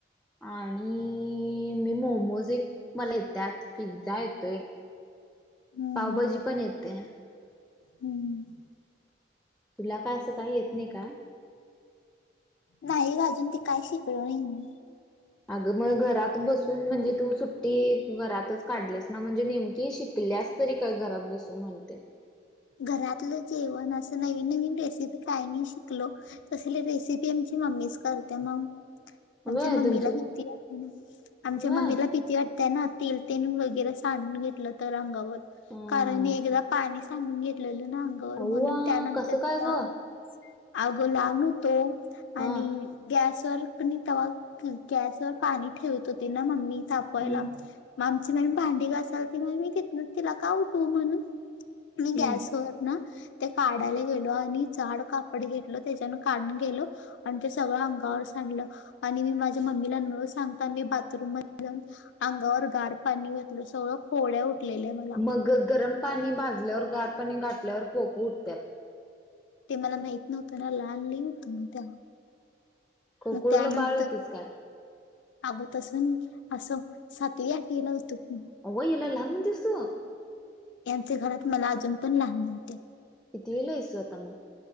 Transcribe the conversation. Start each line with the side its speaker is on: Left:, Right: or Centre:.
Centre: आणि मी मोमोज एक मला येत्यात, पिझ्झा येतोय,
Left: हं,
Centre: पावभाजी पण येते.
Left: हं.
Centre: तुला काय असं काय येत नाही काय?
Left: नाही गं अजून ते काय शिकलो नाही मी.
Centre: अगं मग घरात बसून म्हणजे तू सुट्टी घरातच काढल्यास ना म्हणजे नेमकी शिकल्यास तरी काय घरात बसू म्हणते.
Left: घरातलं जेवण असं नवीन-नवीन रेसिपी काहीनी शिकलो. तसले रेसिपी आमची मम्मीच करते मंम.
Centre: व्हय
Left: आमच्या मम्मीला
Centre: तुमची
Left: भीती वाटते ना, आमच्या
Centre: व्हय
Left: मम्मीला भीती वाट ते ना तील-तील वगैरे सांडून घेतलं तर अंगावर
Centre: अ
Left: कारण मी एकदा पानी साडून घेतलेल ना अंगावर
Centre: अव्वा
Left: म्हणून त्यानंतर
Centre: कसं काय
Left: मला
Centre: ग
Left: आगं लहान होतो
Centre: हा
Left: आणि गॅसवर मम्मी तवा गॅसवर पाणी ठेवत होती ना मम्मी तापवायला.
Centre: हम्म
Left: मग आमची नवीन भांडी घासत होती, मग मी तितन तिला का उठू म्हणून, मी
Centre: हम्म
Left: गॅस तोवप ना ते काढायला गेलो आणि जाड कापड घेतलं त्याच्यान काढन केलं. अन ते सगळं अंगावर सांडलं आणि मी माझ्या मम्मीला न सांगता मी बाथरूम मध्ये जाऊन अंगावर गार पाणी ओतलं, सगळं फोड्या उठलेल्या मल
Centre: मग ग गरम पाणी भाजल्यावर गार पाणी घातल्यावर पोक उठत्यात.
Left: ते मला माहित नव्हतं ना लहान लय होत मी तेव्हा,
Centre: खोकुरला
Left: मग त्यानंतर
Centre: बाळ होतीस काय
Left: अगं तसं नी असं सातवी, आठवीला होतं कि.
Centre: आव येला लहान म्हणतेस तु?
Left: यांच्या घरात मला अजून पण लहान म्हणत्यात.
Centre: कितवीला हेस तु आता मग?